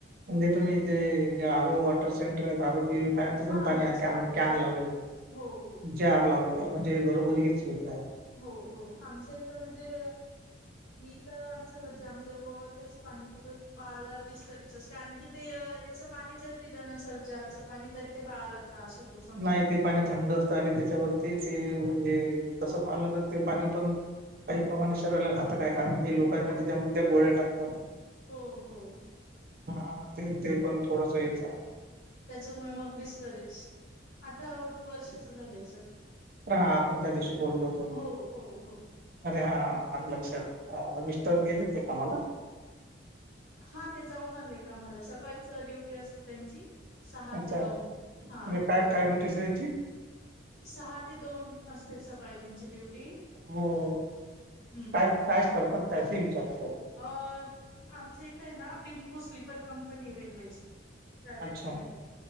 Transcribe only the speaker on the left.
हा
हा
जार
जार
हो हो
हो-हो, आमचं इतं म्हजे मी त आमच्या घरचे आम्ही दोघो तेच पाणी पितो. बाळला बिस्तरीचच कारण की ते य याचं पाणी जरी दिलं नसेल जरच पाणी तरी ते बाळाला त्रास होतो
समजा.
हो
हो हो
त्याच्यामुळे मग बिस्लरीच. आता वर्षाचं झालंय सर.
हो हो हो
हां ते जाऊन आले कामला, सकाळीच ड्युटी असते त्यांची. सहा
ते
दोन हा
सहा ते दोन असते सकाळी त्यांची ड्युटी.
हम्म
अं आमच्या इतंए ना बिंकू स्लीपर कंपनीए रेल्वेची. प्रायवट
लिमिटेड.